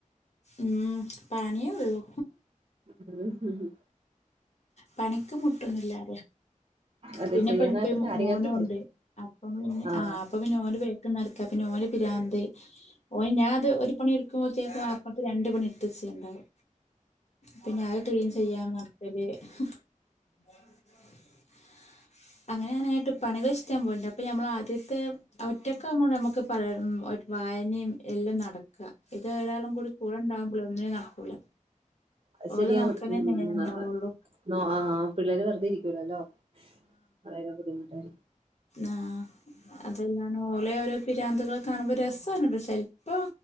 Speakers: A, on the left; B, on the right.
A: ഉം പണിയേള്ളു
B: ഉ ഹ <inaudible>
A: പണിക്ക് മുട്ടൊന്നില്ലറ
B: അതെ
A: പിന്നെ
B: ചെയ്യാനായിട്ട്
A: പണിക്ക്
B: കാര്യങ്ങളൊക്കെ
A: മോനുണ്ട്
B: ഉണ്ട്
A: അപ്പം പിന്നെ
B: ആഹ്
A: ആ അപ്പൊ പിന്നെ ഓന് വേക്ക നടക്കാ പിന്നെ ഓന് പിരാന്ത് ഓഹ് ഞാ അത് ഒരു പണിടുക്കുമ്പോ മാപ്പ രണ്ട പണി എടുച്ചുണ്ടാവും പിന്നെ അത് ക്ലീൻ ചെയ്യാൻ <unintelligible> അന്ന <unintelligible> <unintelligible> അങ്ങനെ അങ്ങനങ്ങായിട്ട് പണികൾ ഇഷ്ടൻ പോയിണ്ട് അപ്പൊ നമ്മൾ ആദ്യത്തെ അവറ്റ പോ നമുക്ക് പല വായനയും എല്ലാം നടക്കുക. ഇത് ഒരാളും കൂടി കൂടെ ഉണ്ടാവുമ്പോള ഒന്നിന നടക്കൂല.
B: അത്
A: ഓലെ
B: ശരിയാണ്
A: നോക്കാനേ
B: ഉം
A: നേരം ഉണ്ടാവുള്ളൂ
B: അ ആ പിള്ളേര് വെറുതെ ഇരിക്കൂലല്ലോ. വളരെ ബുദ്ധിമുട്ടായിരി
A: ആ് അതെല്ലാണ് ഓലെ ഓരോ പിരാന്തകള് കാണുമ്പോൾ രസമാണ് ഇവി അപ്പോ